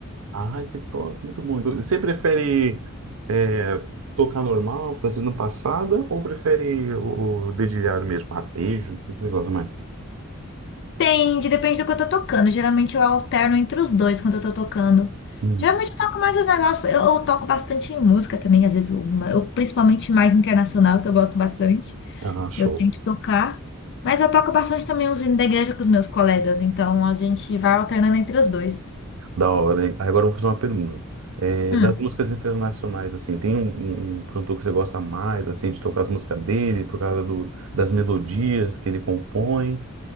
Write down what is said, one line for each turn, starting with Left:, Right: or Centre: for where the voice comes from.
Right: Ai, que top, muito bom. Então, Você prefere é, tocar normal, fazendo passada, ou prefere o, o dedilhado mesmo, arpejo? O que que você gosta mais?
Left: Depende, depende do que eu tô tocando. Geralmente eu alterno entre os dois quando eu tô tocando.
Right: hum,
Left: Geralmente eu toco mais os negócios, eu, eu toco bastante em música também, às vezes, uma, eu, principalmente mais internacional, que eu gosto bastante.
Right: ah, show.
Left: Eu tento tocar, mas eu toco bastante também os hinos da igreja com os meus colegas, então a gente vai alternando entre os dois.
Right: Da hora, hein? Agora eu vou fazer uma pergunta. É,
Left: Hum.
Right: das músicas internacionais, assim, tem um, um- um cantor que você gosta mais, assim, de tocar as músicas dele, por causa do, das melodias que ele compõe?